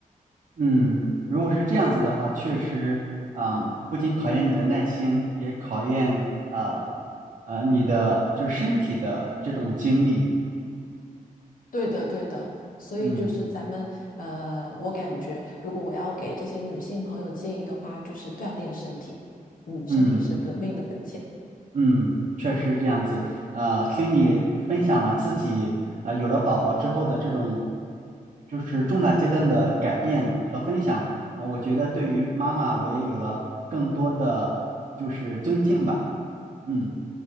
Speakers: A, on the right; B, on the left.
A: 嗯，如果是这样子的话，确实，嗯，不仅考验你的耐心，也考验啊呃你的就是身体的这种精力。
B: 对的，对的，所以就是咱们呃，
A: 嗯
B: 我感觉如果我要给这些女性朋友建议的话，就是锻炼身体，嗯，身体是革命的本钱。
A: 嗯嗯，确实是这样子。呃，听你分享了自己啊、有了宝宝之后的这种就是重大阶段的改变和分享啊、我觉得对于妈妈我也有了更多的就是尊敬吧。嗯，